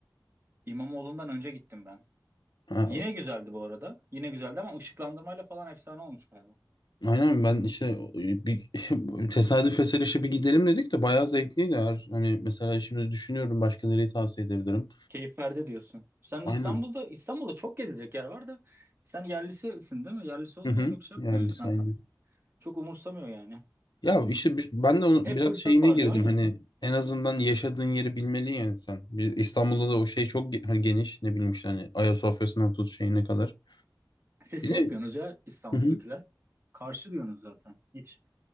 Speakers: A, on the right (about 30°); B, on the left (about 80°).
A: İmamoğlu'ndan önce gittim ben.
B: Ha,
A: Yine güzeldi bu arada. Yine güzeldi ama ışıklandırmayla falan efsane olmuş galiba.
B: aynen ben işte e, bir <laughs> tesadüf eseri işte bir gidelim dedik de bayağı zevkliydi. Eğer, hani mesela şimdi düşünüyorum başka nereyi tavsiye edebilirim.
A: Keyif verdi diyorsun. Sen
B: Aynen.
A: İstanbul'da İstanbul'da çok gezilecek yer var da sen yerlisisin değil mi? Yerlisi olunca
B: Hı hı.
A: çok şey
B: Yani
A: yapmıyor insan.
B: aynen.
A: Çok umursamıyor yani.
B: Ya işte bi- ben de onu
A: Hep
B: biraz
A: fırsat
B: şeyine
A: var
B: girdim
A: diyorsun ya.
B: hani en azından yaşadığın yeri bilmeli yani sen. Biz İstanbul'da da o şey çok ge- hani geniş ne bileyim işte hani Ayasofya'sından tut şeyine kadar.
A: Siz
B: Bir
A: şey
B: de
A: yapıyorsunuz ya İstanbul'dakiler.
B: hı hı.
A: Karşı diyorsunuz zaten. Hiç